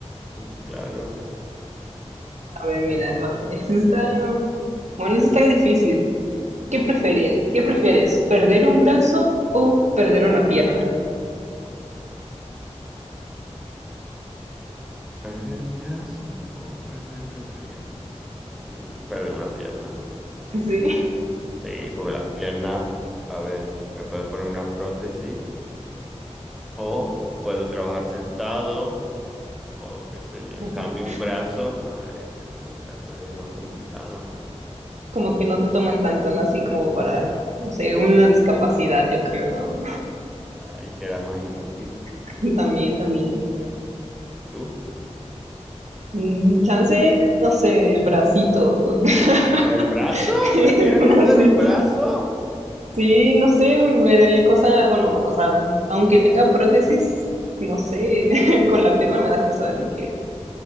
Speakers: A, in the centre; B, on the right.
A: Uh, Claro.
B: A ver, mira,
A: <laughs>
B: a ver, eso está, bueno, eso está difícil. ¿Qué prefieres? ¿Qué prefieres? ¿Perder un brazo o perder una pierna?
A: ¿Perder un brazo o perder una pierna? Mm, perder una pierna, una pierna.
B: Sí,
A: Sí, porque la pierna, a ver, me puedo poner una prótesis o puedo trabajar sentado O qué sé yo.
B: <laughs>
A: En cambio, un brazo, madre mía, pero un brazo es más complicado.
B: como que no te toman tanto, ¿no? Así como para, no sé, una discapacidad, yo creo, ¿no?
A: Ahí queda más inútil.
B: <laughs> También, también.
A: ¿Tú?
B: Mm, Chance, no sé, el bracito, <laughs>
A: ¿El brazo?
B: el
A: ¿Prefieres
B: bracito.
A: perder un brazo?
B: Sí, no sé, me daría cosa, bueno, o sea, aunque tenga prótesis, no sé, <laughs> con la pierna me da cosa de que